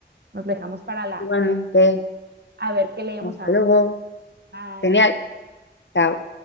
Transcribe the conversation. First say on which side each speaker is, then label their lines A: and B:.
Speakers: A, on the right (about 65°); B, on the left (about 80°).
A: Nos dejamos para la,
B: igualmente,
A: para- a ver qué leemos
B: hasta
A: ahora.
B: luego.
A: Bye.
B: Genial. Chao.